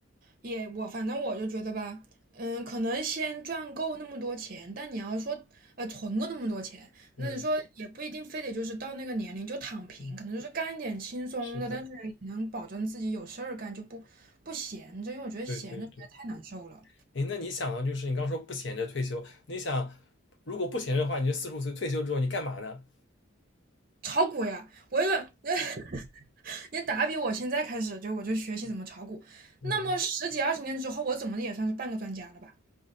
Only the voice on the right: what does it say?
也我反正我就觉得吧，嗯，可能先赚够那么多钱，但你要说呃存够那么多钱，
那你说也不一定非得就是到那个年龄就躺平，
可能就是干一点轻松的，
但是也能保证自己有事儿干，就不不闲着，因为我觉得闲着实在太难受了。
炒股呀，我也 <laughs> 你打比我现在开始就我就学习怎么炒股，
那么十几二十年之后，我怎么也算是半个专家了吧？